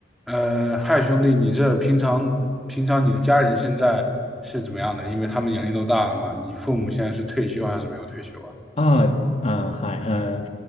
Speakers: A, in the centre; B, on the left.
A: 呃，嗨，兄弟，你这平常平常你的家人现在是怎么样的？因为他们年龄都大了嘛，你父母现在是退休还是没有退休啊？
B: 啊啊，嗨，嗯，